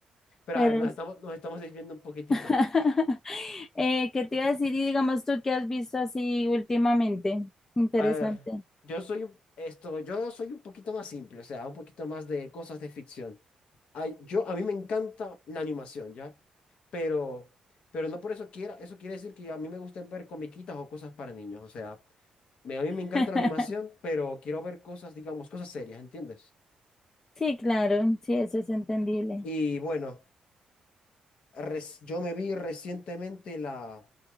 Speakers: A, on the left; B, on the left.
A: Pero
B: Pero
A: a ver, nos estamos, nos estamos desviando un poquitito.
B: <laughs> Eh, ¿qué te iba a decir? Y digamos tú, ¿qué has visto así últimamente? Interesante.
A: A ver, yo soy un- esto, yo soy un poquito más simple, o sea, un poquito más de cosas de ficción. Ay, yo, a mí me encanta la animación, ¿ya? Pero, pero no por eso quiera, eso quiere decir que a mí me gusten ver comiquitas o cosas para niños, o sea, me- a mí me
B: <laughs>
A: encanta la animación, pero quiero ver cosas, digamos, cosas serias, ¿entiendes?
B: Sí, claro, sí, eso es entendible.
A: Y bueno, res- yo me vi recientemente la...